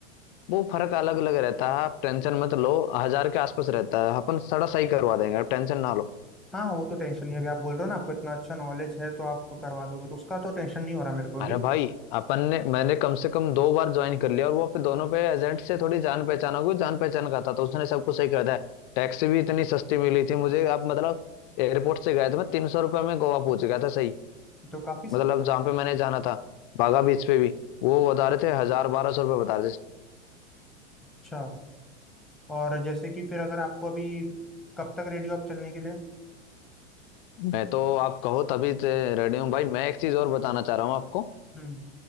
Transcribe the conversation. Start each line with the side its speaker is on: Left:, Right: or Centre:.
Left: वो फर्क अलग अलग रहता है आप टेंशन मत लो हजार के आसपास रहता है अपन थोड़ा सही करवा देंगे आप टेंशन ना लो
Centre: हाँ वो तो टेंशन नहीं है अभी आप बोल रहे हो ना आपको इतना अच्छा नॉलेज है तो आप करवा दोगे तो उसका तो टेंशन नहीं हो रहा मेरे को अभी
Left: अरे भाई अपन ने मैंने कम से कम दो बार ज्वाइन कर लिया और वो पे दोनों पे एजेंट से थोड़ी जान पहचान हो गई जान पहचान का था तो उसने सब कुछ सही कर दिया टैक्सी भी इतनी सस्ती मिली थी मुझे आप मतलब एयरपोर्ट से गया था मैं तीन सौ रुपये में गोवा पहुंच गया था सही
Centre: तो काफी सब
Left: मतलब जहाँ पे मैंने जाना था बागा बीच पे भी वो बता रहे थे हजार बारह सौ रुपये बता रहे थे
Centre: अच्छा और जैसे कि फिर अगर आपको अभी कब तक रेडी हो आप चलने के लिए
Left: मैं तो आप कहो तभी रेडी हूँ भाई मैं एक चीज और बताना चाह रहा हूँ आपको
Centre: हम्म